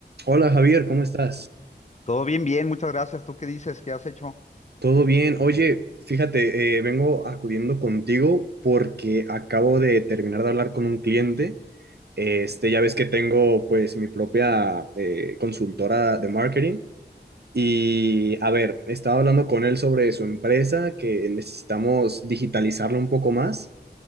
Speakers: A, on the right (about 65°); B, on the left (about 40°).
A: Hola Javier, ¿cómo estás?
B: Todo bien, bien, muchas gracias. ¿Tú qué dices? ¿Qué has hecho?
A: ¿Todo bien? Oye, fíjate, eh, vengo acudiendo contigo porque acabo de terminar de hablar con un cliente. Este, ya ves que tengo pues mi propia eh, consultora de marketing y a ver, estaba hablando con él sobre su empresa que necesitamos digitalizarla un poco más